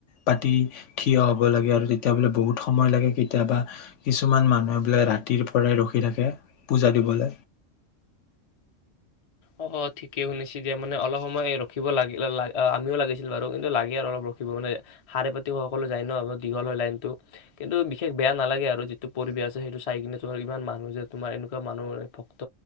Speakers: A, on the left; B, on the left.
A: পাতি থিয় হ'ব লাগে আৰু তেতিয়া বোলে বহুত সময় লাগে কে কেতিয়াবা কিছুমান মানুহে বোলে ৰাতিৰ পৰাই ৰখি থাকে পূজা দিবলে?
B: অ ঠিকে শুনিছে দিয়া মানে অলপ সময় ৰখিব লাগিল আমিও লাগিছিল বাৰু কিন্তু লাগে আৰু অলপ ৰখিব মানে সাৰে পাতি সকলো যায় ন দীঘল হয় লাইনটো কিন্তু বিশেষ বেয়া নালাগে আৰু যিটো পৰিৱেশ আছে সেইটো চাই কিনে তোমাৰ ইমান মানুহ যে তোমাৰ এনেকুৱা মানুহ ভক্ত